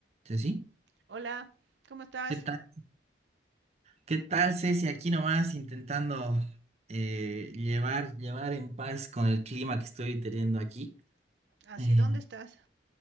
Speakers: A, on the right; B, on the right.
A: Ceci,
B: Hola, ¿cómo estás?
A: ¿qué tal? ¿Qué tal, Ceci? Aquí nomás intentando eh, llevar, llevar en paz con el clima que estoy teniendo aquí.
B: Así,
A: Eh,
B: ¿dónde estás?